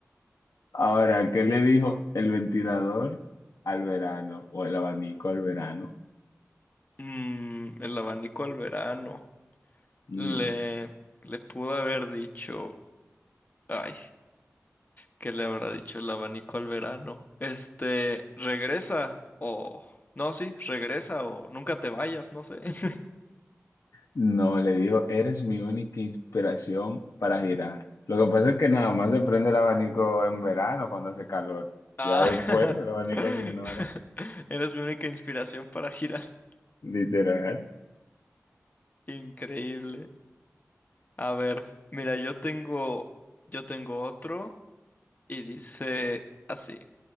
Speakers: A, on the left; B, on the left.
A: Ahora, ¿qué le dijo el ventilador al verano o el abanico al verano?
B: Mm, el abanico al verano.
A: Mm.
B: Le, le pudo haber dicho, ay, ¿qué le habrá dicho el abanico al verano? Este, regresa o... No, sí, regresa o nunca te vayas, no sé. <laughs>
A: No, le dijo, eres mi única inspiración para girar. Lo que pasa es que nada más se prende el abanico en verano cuando hace calor.
B: Ah,
A: Ya después el abanico se ignora.
B: <laughs> eres mi única inspiración para girar.
A: Literal,
B: Increíble. A ver, mira, yo tengo, yo tengo otro y dice así.